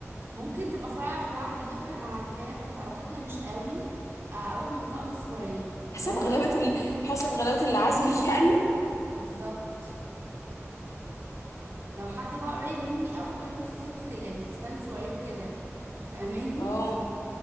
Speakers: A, on the right (about 50°); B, on the left (about 80°).
A: ممكن تبقى فرح واحدة مثلا أنا عارفاه بس علاقتنا مش قوي آه، أروح بطقم سواريه
B: حسب
A: لو واحدة
B: غلاوه
A: قريبة
B: ال...
A: مني-
B: حسب غلاوه اللي عازمك يعني
A: بالظبط لو حد بقى قريب مني قوي بلبس لبس يعني فستان سواريه وكده فاهماني
B: اه